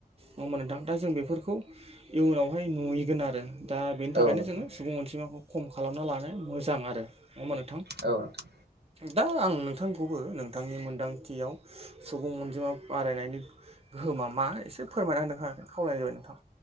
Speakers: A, on the right; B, on the right.
A: होमब नोंथां दा जों बेफोरखौ इयुनावहाय नुहैगोन आरो दा बेनि
B: औ
A: थाखायनो
B: नोंथां
A: जोङो सुबुं अनसजिमाखौ खम खालामना लानाया मोजां आरो नङा होमा नोंथां
B: औ नोंथां
A: दा आं नों- थांखौबो नोंथांनि मोनदांथियाव सुबुं अनजिमा बारायनायनि गोहोमा मा ए से फोरायना होनोहा खावलाय जाबाय नोंथां।